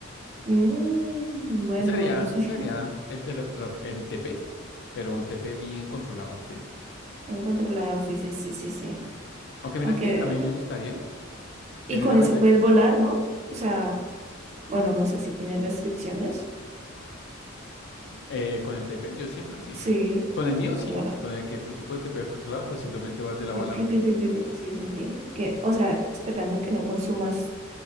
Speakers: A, on the right; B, on the left.
A: Mm, bueno,
B: Sería,
A: bueno, sí,
B: sería el, teletra- el TP, pero un TP bien controlado, ¿sí?
A: <laughs> encontré sí, sí, sí, sí, sí.
B: Aunque mira
A: Aunque,
B: que a mí me gustaría,
A: y
B: genuinamente,
A: con ese puedes volar, ¿no? O sea, bueno, no sé si tiene restricciones.
B: eh, con el TP, yo siento que sí.
A: Sí.
B: Con el mío sí,
A: es verdad.
B: con el que tú te puedes tepear a cualquier lado, pues simplemente vas de lado
A: Pi,
B: a lado.
A: pi, pi, pi, pi, pi. Sí, sí, sí. Y Que, o sea, esperando que no consumas,